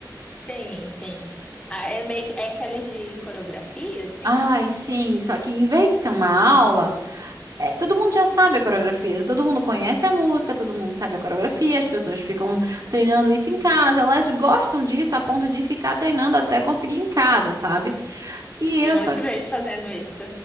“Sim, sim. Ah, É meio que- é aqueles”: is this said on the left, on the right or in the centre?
Left